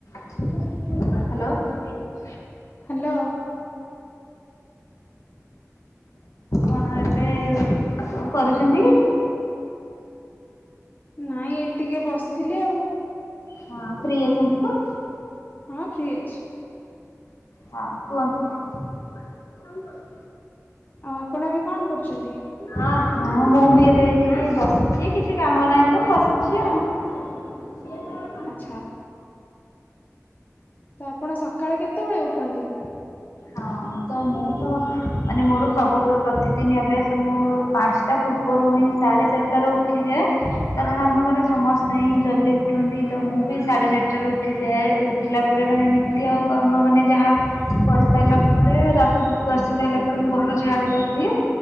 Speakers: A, on the left (about 75°); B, on the left (about 35°).
A: Hello?
B: Hello?
A: କଣ ଏବେ କଣ କରୁଛନ୍ତି କି?
B: ନାଇଁ ଏଇଠି ଟିକେ ବସିଥିଲି ଆଉ।
A: ହଁ ଫ୍ରି ଅଛନ୍ତି ତ?
B: ହଁ ଫ୍ରି ଅଛି।
A: ହଁ କୁହନ୍ତୁ କଣ କହୁଛନ୍ତି?
B: ଆଉ ଆପଣ ଏବେ କଣ କରୁଛନ୍ତି?
A: ହଁ ମୁଁ ବି ଏବେ ଏଠି ବସିଛି କିଛି କାମ ନାହିଁ ତ ବସିଛି ଆଉ। ସେ ତାର
B: ଆଚ୍ଛା ତ ଆପଣ ସକାଳେ କେତେ ବେଳେ ଉଠନ୍ତି?
A: ହଁ ତ ମୁଁ ତ ମାନେ ମୋର ସବୁବେଳେ ପ୍ରତିଦିନ ଅଭ୍ୟାସ ତ ମୁଁ ପାଞ୍ଚଟା ପୂର୍ବରୁ ହିଁ ସାଢେ ଚାରିଟାରେ ଉଠିଯାଏ କାରଣ ଆମ ଘରେ ସମସ୍ତେ ହିଁ ଜଲ୍ଦି ଉଠନ୍ତି ତ ମୁଁ ବି ସାଢ଼େ ଚାରିଟାରୁ ଉଠିଯାଏ ଉଠିଲା ପରେ ମାନେ ନିତ୍ୟ କ୍ରମ ମାନେ ଯାହା କରି ସାରିଲା ପରେ ଦାନ୍ତ ଦୁତି ଘଷି ସାରିଲା ପରେ ମୁଁ ଘର ଝାଡୁ କରି ଦିଏ।